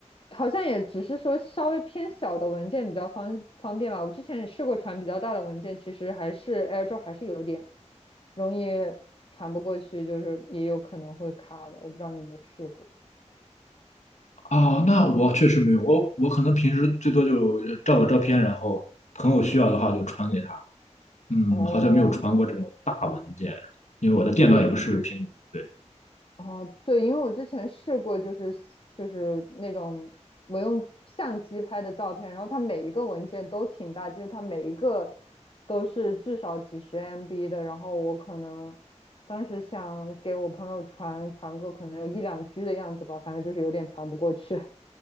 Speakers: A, on the left (about 45°); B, on the left (about 70°).
A: 好像也只是说稍微偏小的文件比较方方便吧。我之前也试过传比较大的文件，其实还是 AirDrop 还是有点容易传不过去，就是也有可能会卡的。我不知道你有没有试过，
B: 啊。那我确实没有，
A: 就是
B: 我我可能平时最多就呃照个照片，然后朋友需要的话就传给他。嗯，
A: 哦，
B: 好像没有传过这种大文件，因为我的电脑也不是苹果。
A: 对，因
B: 对，
A: 哦，对，因为我之前试过，就是就是那种我用相机拍的照片，然后它每一个文件都挺大，就是它每一个都是至少几十 MB 的，然后我可能当时想给我朋友传传个可能有一两 G 的样子吧，反正就是有点传不过去，